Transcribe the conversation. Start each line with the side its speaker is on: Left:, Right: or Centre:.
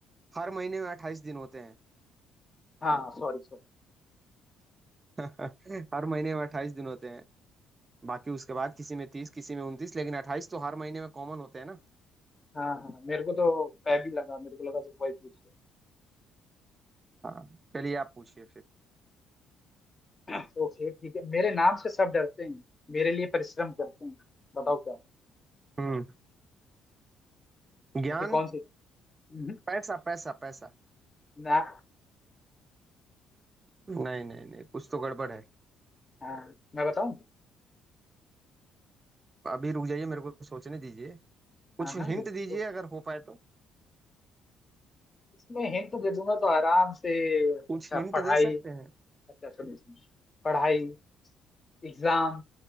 Right: हर महीने में अट्ठाईस दिन होते हैं
Left: हाँ सॉरी सॉरी
Right: <laughs> हर महीने में अट्ठाईस दिन होते हैं बाकी उसके बाद किसी में तीस किसी में उनतीस लेकिन अट्ठाईस तो हर महीने में कॉमन होते हैं ना
Left: हाँ हाँ मेरे को तो फेब ही लगा मेरे को लगा जो वही पूछ रहे
Right: हाँ चलिए आप पूछिए फिर
Left: हो। ओके ठीक है मेरे नाम से सब डरते हैं मेरे लिए परिश्रम करते हैं बताओ क्या
Right: हम्म ज्ञान
Left: ऐसी कौन सी हम्म,
Right: पैसा पैसा पैसा
Left: ना
Right: नहीं नहीं नहीं कुछ तो गड़बड़ है
Left: हाँ मैं बताऊं
Right: अभी रुक जाइए मेरे को सोचने दीजिए कुछ
Left: हाँ हाँ
Right: हिंट
Left: बिल्कुल
Right: दीजिए अगर हो पाए तो
Left: इसमें हिंट दे दूंगा तो आराम से
Right: कुछ
Left: अच्छा
Right: हिंट
Left: पढ़ाई
Right: दे सकते हैं
Left: अच्छा सुनिए सुनिए पढ़ाई एग्जाम